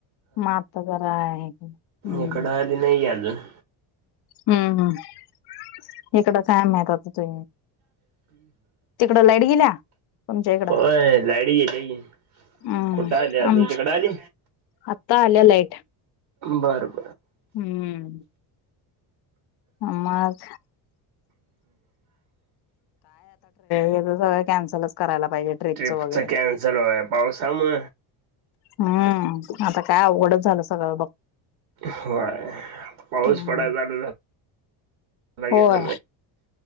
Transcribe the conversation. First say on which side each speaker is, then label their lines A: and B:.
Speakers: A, on the left; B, on the right.
A: मग आता जरा आहे हम्म
B: एकडधी नाही अजून
A: हम्म हम्म इकड कायम आहेेतत ज तिकडं लाईट गेल्या तुमच्या इकडं
B: होय लाईट गेली
A: हम्म
B: कुठं आली अजून
A: आमच्या
B: तिकडं आली
A: आता आल्या लाईट
B: बरर
A: हम्म आ मघ हेच सगळं कॅन्सलच करायला पाहिजे ट्रिपच
B: ट्रीपच
A: वगैरे
B: कॅन्सल होय पावसाम <inaudible>
A: हम्म आता काय अवघडच झालं सगळं बघ
B: होय पाऊस
A: हम्म
B: पड चालेल तर लागे
A: होय
B: झा